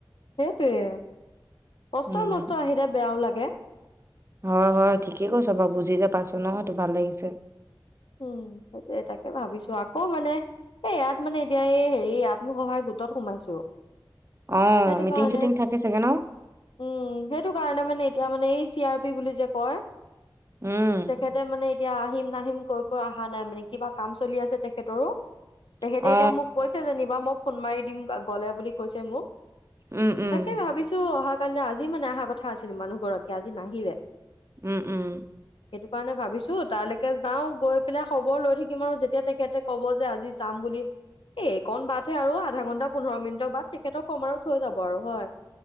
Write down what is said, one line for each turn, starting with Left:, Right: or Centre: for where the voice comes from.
Left: সেইটয়ে, কষ্ট
Right: উম
Left: মষ্ট্ত আহিলে বেয়াও লাগে।
Right: হয় হয় ঠিকেই কৈছ বাৰু, বুজি যে পাছো ন সেইটো ভাল লাগিছে।
Left: উম সেইটোৱে তাকে ভাবিছো আকৌ মানে এ ইয়াত মানে এতিয়া এই হেৰি ইয়াত মই আত্মসহায় গোটত সোমাইছো।
Right: অ
Left: সেইটো
Right: মিটিং
Left: কাৰণে
Right: চিটিং থাকে চাগে ন?
Left: উম সেইটো কাৰণে মানে এতিয়া মানে এই চি আৰ পি বুলি যে কয়।
Right: উম
Left: তেখেতে মানে এতিয়া আহিম নাহিম কৈ অহা নাই মানে। কিবা কাম চলি আছে তেখেতৰো, তেখেতে
Right: অ
Left: এতিয়া মোক কৈ যেনিবা মই ফোন মাৰি দিম গ'লে বুলি কৈছে মোক,
Right: উম উম
Left: তাকে ভাবি ছো অহা কালিয়ে আজি মানে অহা কথা আছিলে মানুহগৰাকী আজি নাহিলে।
Right: উম উম।
Left: সেইটো কাৰণে ভাবিছো তাৰলৈকে যাওঁ গৈ পেলাই খবৰ লৈ থাকিম আৰু যেতিয়া তেখেতে ক'ব যে আজি যাম বুলি এ এইকণ বাটহে আৰু আধা ঘণ্টা পোন্ধৰ মিনিটৰ বাট তেখেতক কম আৰু থৈ যাব আৰু হয়।